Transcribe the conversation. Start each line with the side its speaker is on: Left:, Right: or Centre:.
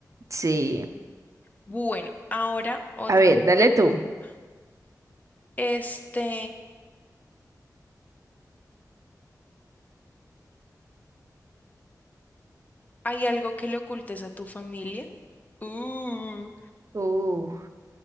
Right: Sí.
Left: Bueno, ahora otra
Right: A ver, dale
Left: pregunta.
Right: tú.
Left: Este, ¿hay algo que le ocultes a tu familia? Uh.
Right: Uh,